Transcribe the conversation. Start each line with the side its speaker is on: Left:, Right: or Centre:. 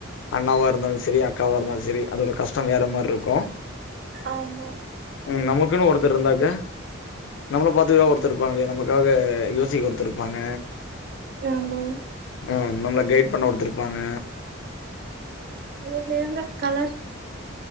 Left: அண்ணாவா இருந்தாலும் சரி அக்காவா இருந்தாலும் சரி அதோட கஷ்டம் வேற மாதிரி இருக்கும்
Right: ஆமா
Left: உம் நமக்குன்னு ஒருத்தர் இருந்தாக்க நம்மள பாத்துக்கா ஒருத்த இருப்பாங்களையா நமக்காக யோசிக்க ஒருத்தருப்பாங்க
Right: ஆமா
Left: ஆஹ் நம்மள கைட் பண்ண கொடுத்துருப்பாங்க
Right: உம்வரட கலர்